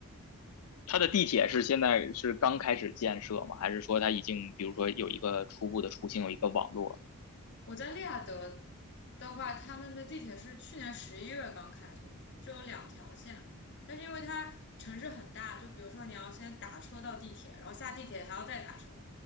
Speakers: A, on the left (about 75°); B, on the left (about 50°).
A: 它的地铁是现在是刚开始建设吗？还是说它已经，比如说有一个初步的雏形，有一个网络
B: 我在利雅得的话，他们的地铁是去年十一月刚开通的，只有两条线。但是因为它城市很大，就比如说你要先打车到地铁，然后下地铁还要再打车，